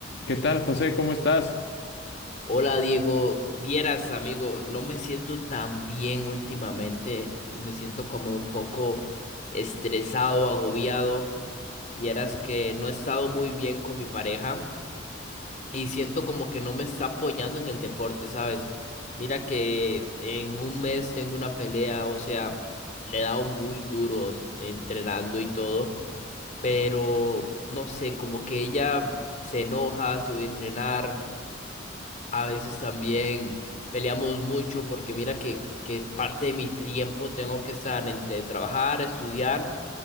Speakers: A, on the left (about 60°); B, on the left (about 40°).
A: ¿Qué tal, José? ¿Cómo estás?
B: Hola Diego, vieras amigo, no me siento tan bien últimamente, eh, me siento como un poco estresado, agobiado, vieras que no he estado muy bien con mi pareja y siento como que no me está apoyando en el deporte, ¿sabes? Mira que en un mes tengo una pelea, o sea, le he dado muy duro s- entrenando y todo, pero no sé, como que ella se enoja si voy a entrenar. A veces también peleamos mucho porque mira que, que parte de mi tiempo tengo que estar entre trabajar, estudiar